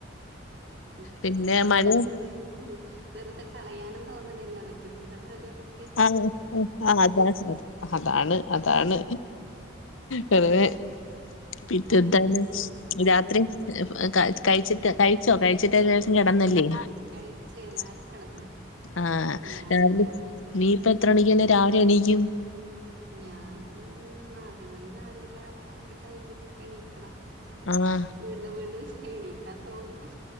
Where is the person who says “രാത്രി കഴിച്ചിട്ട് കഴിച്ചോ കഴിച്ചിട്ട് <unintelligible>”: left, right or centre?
Left